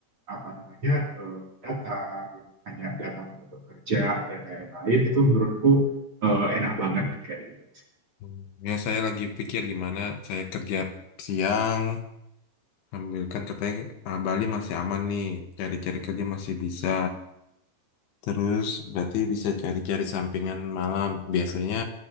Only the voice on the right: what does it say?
apa namanya eh, datang yang hanya datang untuk bekerja dan lain-lain itu menurutku eh, enak banget kayak gitu